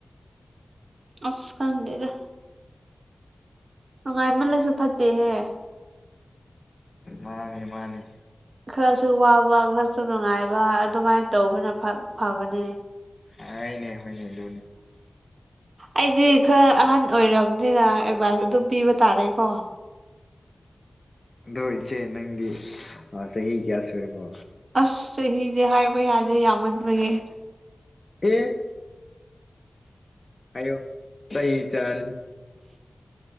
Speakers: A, on the right (about 75°); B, on the left (about 40°).
A: ꯑꯁꯀ ꯂꯩꯒ ꯅꯨꯡꯉꯥꯏꯃꯜꯂꯁꯨ ꯐꯠꯇꯦꯍꯦ
B: ꯃꯥꯅꯤ ꯃꯥꯅꯤ
A: ꯈꯔꯁꯨ ꯋꯥꯕ ꯈꯔꯁꯨ ꯅꯨꯡꯉꯥꯏꯕ ꯑꯗꯨꯃꯥꯏꯅ ꯇꯧꯕꯅ ꯐꯕꯅꯦ
B: ꯑꯅꯦ ꯍꯣꯏꯅꯦ ꯂ
A: ꯑꯩꯗꯤ ꯈꯔ ꯑꯍꯟ ꯑꯣꯏꯔꯕꯅꯤꯅ ꯑꯦꯗꯚꯥꯏꯁ ꯑꯗꯨꯝ ꯄꯤꯕ ꯇꯥꯔꯦꯀꯣ
B: ꯎꯝ ꯑꯗꯣ ꯏꯆꯦ ꯅꯪꯗꯤ ꯆꯍꯤ ꯀꯌꯥ ꯁꯨꯔꯤꯕꯣ
A: ꯑꯁ ꯆꯍꯤꯗꯤ ꯍꯥꯏꯕ ꯌꯥꯗꯦ ꯌꯥꯝꯃꯟꯕꯌꯦ
B: ꯍꯦ ꯍꯥꯏꯌꯣ ꯇꯩ ꯆꯥꯅꯤ